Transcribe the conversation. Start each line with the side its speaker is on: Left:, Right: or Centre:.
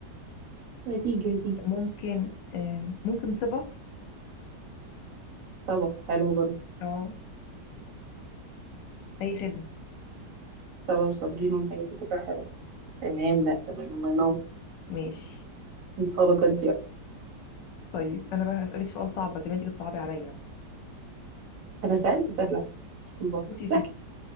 Right: نتيجة نتيجة
Left: ممكن آه ممكن صبا
Right: صبا حلوة برضه
Left: اه اي خدمة
Right: صبا وصابرين والحاجات دي كلها حلوة تمام لا تمام الله ينور
Left: ماشي
Right: انطلق انت بقى
Left: طيب انا بقى هسألك سؤال صعب زي ما انتي بتصعبي عليا
Right: انا سألت سهل على فكرة والله
Left: بصي
Right: سهل
Left: يا ستي